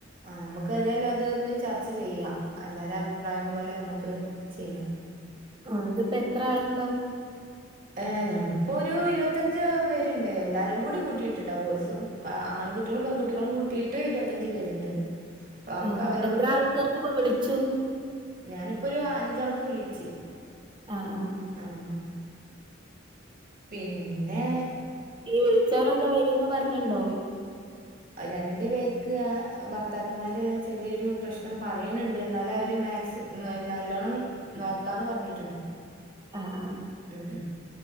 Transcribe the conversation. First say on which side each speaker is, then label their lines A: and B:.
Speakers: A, on the right; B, on the right.
A: ആഹ് അമ്മക്ക് ഏതായാലും അതൊന്ന് ചർച്ച ചെയ്യാ എല്ലാരിം അഭിപ്രായം പോലെ അമ്മക്ക് ചെയ്യ
B: ആഹ് ഇത്പ്പ എത്ര ആള്ണ്ടാവും?
A: ഏഹ് ഞമ്മളി പ്പോ ഒരു ഇരുപത്തഞ്ച് പേര്ണ്ട് എല്ലാരും കൂടി കൂട്ടിട്ട്ട്ടാ ബോയ്സും ആൺകുട്ടികളും, പെൺകുട്ടികളും കൂട്ടിട്ട് ഇരുപത്തഞ്ചു പേര്ണ്ട് അഹ് അമ്മക്ക്
B: ആഹ്
A: അവരോടും
B: എത്ര
A: കൂടിം
B: ആൾക്കാർക്ക് ഇപ്പോ വിളിച്ചു
A: ഞാനിപ്പോ ഒരു അഞ്ചാൾക്ക് വിളിച്ച്
B: ആഹ് ആഹ് ആഹ്
A: ആഹ് പിന്നേ
B: ഈ വിൾച്ചോരൊക്കെ വെരുംന്ന് പർഞ്ണ്ടോ?
A: രണ്ട് പേർക്ക് ആഹ് ഭർത്താക്കന്മാര് ചെറിയൊരു പ്രശ്നം പറിണ് ണ്ട് എന്നാലും അവര് മാക്സി ന നല്ലോണ്ണം നോക്കാന്ന് പറഞ്ഞിട്ട്ണ്ട്
B: ആഹ് ആഹ്
A: ഉം